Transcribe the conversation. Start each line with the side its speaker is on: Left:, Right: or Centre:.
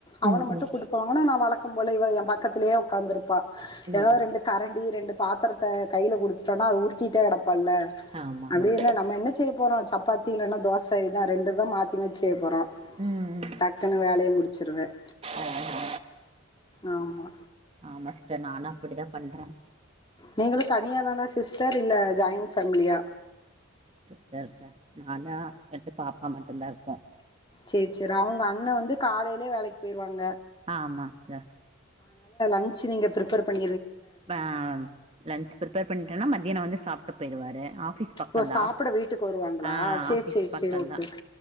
Left: அவனை
Right: ம்
Left: மட்டும்
Right: ம்
Left: கூட்டுப்போவாங்கன்னா நான் வழக் போல இவள என் பக்கத்திலயே உட்காந்துருப்பா ஏதாவது
Right: ம்
Left: ரெண்டு கரண்டி ரெண்டு பாத்திரத்தை கையில் குடு பட்டோம்னா அது உருட்டிட்டே கிடப்பல
Right: ஆமா
Left: அப்படின்னா
Right: ஆமா
Left: நம்மன செய்ய போறோம் சப்பாத்தி இல்லைன்னா தோசை இதுதான் ரெண்டு தான் மாத்தி மாத்தி செய்ய போறோம்
Right: ம் ம்
Left: டக்குனு வேலைய முடிச்சிருவேன்
Right: ஓஹோ
Left: ஆமா
Right: ஆமா சிஸ்டர் நானும் அப்படிதான் பண்றேன்
Left: நீங்களும் தனியா தானா சிஸ்டர் இல்ல ஜாயின்ஃபேமிலியா
Right: ச இருக்கேன் ஆனா ஹஸ்பெண்ட் பாப்பா மட்டும் தான் இருக்கோம்
Left: சேரி சேரி அவங்க அண்ணன் வந்து காலையிலயே வேலைக்கு போயிடுவாங்க
Right: ஆமா சிஸ்டர்
Left: லஞ்ச் நீங்க பிரிப்பர் பண்ண
Right: ஆஹ் லன்ஞ்ச் பிரிப்பர் பண்ணிட்டேன்னா மதியானம் வந்து சாப்பிட்டு போய்டுவாரு ஆபிஸ் பக்கம்
Left: ஓ சாப்பிட
Right: தான்
Left: வீட்டுக்கு வருவாங்களா
Right: ஹா
Left: சேரி
Right: ஆபிஸ்
Left: சேரி
Right: பக்கம்
Left: சேரி ஓகே
Right: தான்
Left: ஓகே